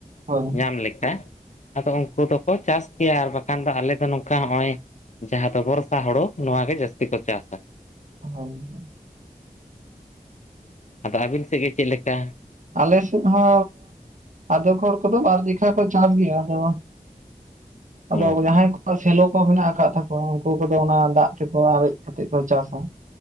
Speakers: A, on the right (about 60°); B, on the left (about 55°).
A: ᱦᱳᱭ
B: ᱧᱟᱢ ᱞᱮᱠᱟ ᱟᱫᱚ ᱩᱱᱠᱩ ᱫᱚᱠᱚ ᱪᱟᱥ ᱜᱮᱭᱟ ᱟᱨ ᱵᱟᱠᱷᱟᱱ ᱫᱚ ᱟᱞᱮ ᱫᱚ ᱱᱚᱝᱠᱟ ᱦᱚᱜᱼᱚᱭ ᱡᱟᱦᱟᱸ ᱫᱚ ᱵᱚᱨᱥᱟ ᱦᱳᱲᱳ ᱱᱚᱣᱟ ᱜᱮ ᱡᱟᱹᱥᱛᱤ ᱠᱚ ᱪᱟᱥᱟ᱾
A: ᱦᱳᱭᱻ ᱦᱮᱸ᱾
B: ᱟᱫᱚ ᱟᱹᱵᱤᱱ ᱥᱮᱜ ᱜᱮ ᱪᱮᱜ ᱞᱮᱠᱟ?
A: ᱟᱞᱮ ᱥᱮᱫ ᱦᱚ ᱟᱫᱷᱮᱠ ᱦᱚᱲ ᱠᱚᱫᱚ ᱵᱟᱨ ᱡᱮᱠᱷᱟ ᱠᱚ ᱪᱟᱥ ᱜᱮᱭᱟ ᱟᱫᱚ,
B: ᱚ
A: ᱟᱫᱚ ᱡᱟᱦᱟᱸᱭ ᱠᱚᱣᱟᱜ ᱥᱮᱞᱳ ᱠᱚ ᱢᱮᱱᱟᱜ ᱟᱠᱟᱫ ᱛᱟᱠᱚᱣᱟ ᱩᱱᱠᱩ ᱠᱚᱫᱚ ᱚᱱᱟ ᱫᱟᱜ ᱛᱮᱠᱚ ᱟᱨᱮᱡ ᱠᱟᱛᱮ ᱠᱚ ᱪᱟᱥᱟ᱾